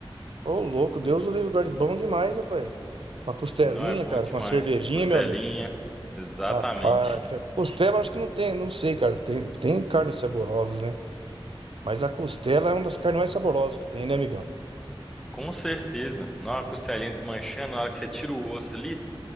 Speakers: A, on the right; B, in the centre.
A: ô louco, Deus o livre guarde, bom demais, rapaz. Uma costelinha,
B: Não, é bom
A: cara,
B: demais.
A: com uma cervejinha,
B: Costelinha.
A: meu amigo.
B: Exatamente.
A: Rapaz, costela eu acho que não tem, não sei, cara. Tem, tem carnes saborosas, né? Mas a costela é uma das carnes mais saborosas que tem, né, amigão?
B: Com certeza. Não, a costelinha desmanchando, na hora que você tira o osso ali,